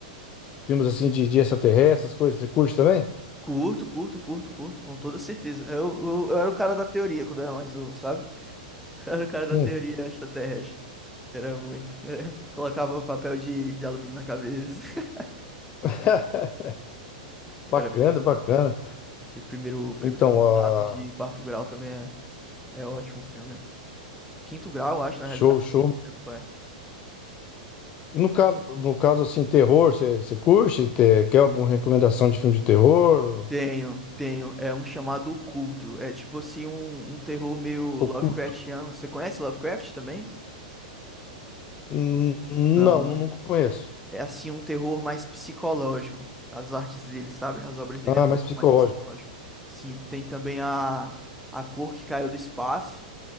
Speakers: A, on the left; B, in the centre.
A: filmes assim de, de extraterrestres, essas coisas, você curte também?
B: Curto, curto, curto, curto, com toda certeza. Eu, eu, eu era o cara da teoria quando eu era mais novo, sabe? Era o cara
A: Sim.
B: da teoria extraterrestre. Era muito. é. Colocava papel de, de alumínio na cabeça. <laughs>
A: <laughs>
B: Era
A: Bacana,
B: muito bom.
A: bacana.
B: aqui primeiro, o primeiro
A: Então,
B: contato
A: ah,
B: de quarto grau também é, é ótimo filme. Quinto grau, eu acho,
A: show,
B: na realidade.
A: show.
B: Não lembro qual é.
A: E no caso, no caso assim, terror, você você curte? Te- quer alguma recomendação de filme de terror?
B: Tenho, tenho. É um chamado Oculto. É tipo assim, um, um terror meio Lovecraftiano.
A: Oculto?
B: Você conhece Lovecraft também?
A: Hum,
B: Não.
A: Não, não não conheço.
B: é assim um terror mais psicológico. As artes dele, sabe? As obras dele
A: Ah,
B: é um
A: mais
B: terror
A: psicológico.
B: mais psicológico. Sim, tem também a A Cor que Caiu do Espaço,